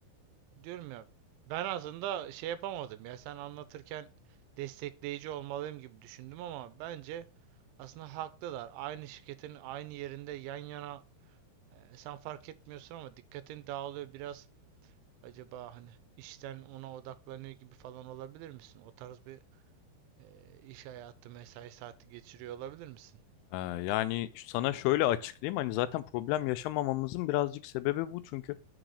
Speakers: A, on the right (about 85°); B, on the left (about 85°).
A: diyorum ya ben aslında şey yapamadım ya sen anlatırken destekleyici olmalıyım gibi düşündüm ama bence Aslında haklılar. Aynı şirketin aynı yerinde yan yana e, sen fark etmiyorsun ama dikkatin dağılıyor biraz. Acaba hani işten ona odaklanıyor gibi falan olabilir misin? O tarz bir e, iş hayatı, mesai saati geçiriyor olabilir misin?
B: Ee, Yani sana şöyle açıklayayım hani zaten problem yaşamamamızın birazcık sebebi bu çünkü